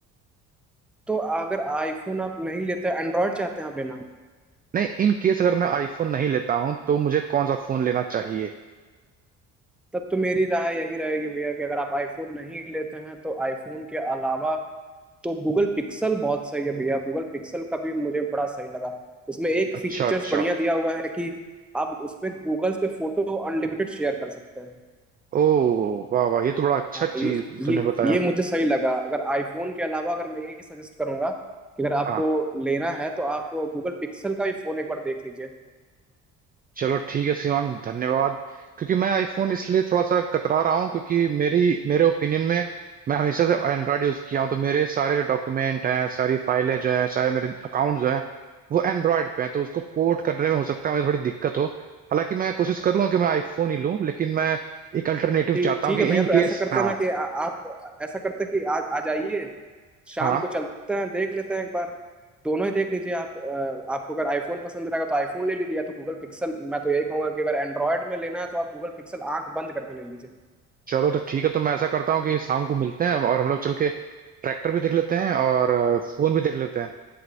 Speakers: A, in the centre; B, on the right.
A: तो अगर आईफोन आप नहीं लेते एंड्रॉयड चाहते हैं आप लेना
B: नहीं इन केस अगर मैं आईफोन नहीं लेता हूँ तो मुझे कौन सा फोन लेना चाहिए
A: तब तो मेरी राय यही रहेगी भैया कि अगर आप आईफोन नहीं लेते हैं तो आईफोन के अलावा तो गूगल पिक्सल बहुत सही है भैया गूगल पिक्सल का भी मुझे बड़ा सही लगा उसमें एक
B: अच्छा
A: फीचर्स
B: अच्छा
A: बढ़िया दिया हुआ है कि आप उसमें गूगल पे फोटो अनलिमिटेड शेयर कर सकते
B: ओ वाह वाह ये तो बड़ा अच्छा
A: हाँ हैं
B: चीज
A: हाँ
B: तुमने
A: ये ये
B: बताया
A: ये मुझे सही लगा अगर आईफोन के अलावा अगर मैं यही सजेस्ट करूंगा कि अगर आपको
B: हाँ
A: लेना है तो आप गूगल पिक्सल का भी फोन एक बार देख लीजिए
B: चलो ठीक है शिवांग धन्यवाद क्योंकि मैं आईफोन इसलिए थोड़ा सा कतरा रहा हूँ क्योंकि मेरी मेरे ओपिनियन में मैं हमेशा से एंड्रॉयड यूज किया हूँ तो मेरे सारे जो डॉक्यूमेंट हैं सारी फाइलें जो हैं सारे मेरे अकाउंट जो हैं वो एंड्रॉयड पे हैं तो उसको पोर्ट करने में हो सकता है मुझे थोड़ी दिक्कत हो हालांकि मैं कोशिश करूंगा कि मैं आईफोन ही लूँ लेकिन मैं एक अल्टरनेटिव
A: ठीक
B: चाहता
A: ठीक
B: हूँ कि
A: है भैया
B: इन
A: तो
B: केस
A: ऐसा करते
B: हाँ
A: हैं ना कि आ, आप ऐसा करते हैं कि आज आ जाइए शाम
B: हाँ
A: को चलते हैं देख लेते हैं एक बार दोनों ही देख लीजिए आप अ, आपको अगर आईफोन पसंद रहेगा तो आईफोन ले लीजिए या तो गूगल पिक्सल मैं तो यही कहूंगा कि अगर एंड्रॉयड में लेना है तो आप गूगल पिक्सल आंख बंद करके ले लीजिए
B: चलो तो ठीक है तो मैं ऐसा करता हूँ कि शाम को मिलते हैं और हम लोग चल के ट्रैक्टर भी देख लेते हैं और फोन भी देख लेते हैं